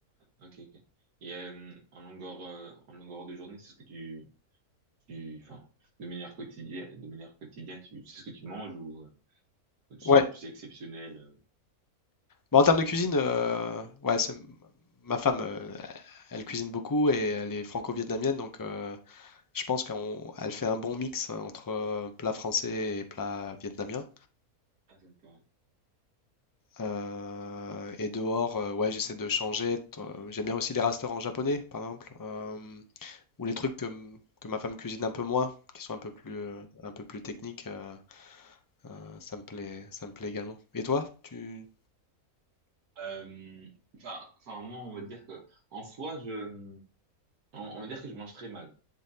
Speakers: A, on the right; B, on the left.
A: Ok, ok. Et euh, en longueur, euh, en longueur de journée, c'est ce que tu, tu, enfin, de manière quotidienne, de manière quotidienne, tu, c'est ce que tu manges ou, euh, ou tu
B: Ouais.
A: es plus exceptionnel. euh
B: Bah, en termes de cuisine, euh, ouais, c'est- ma femme, euh, elle cuisine beaucoup et elle est franco-vietnamienne, donc euh, Je pense qu'elle fait un bon mix hein, entre euh, plat français et plat vietnamien.
A: Ah, ça me paraît.
B: Euh, et dehors, euh, ouais, j'essaie de changer. T- euh, J'aime bien aussi les restaurants japonais, par exemple, euh, ou les trucs que, m- que ma femme cuisine un peu moins, qui sont un peu plus, euh, un peu plus techniques. euh, euh, ça me plaît, ça me plaît également. Et toi, tu...
A: Euh, enfin, enfin, moi, on va dire que, en soi, je, on, on va dire que je mange très mal.